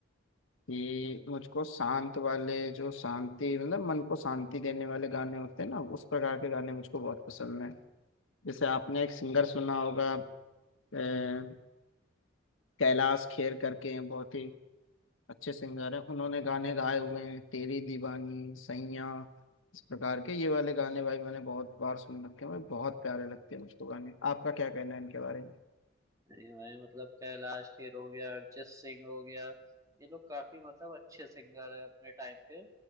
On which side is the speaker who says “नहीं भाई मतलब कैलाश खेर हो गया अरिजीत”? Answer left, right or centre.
Right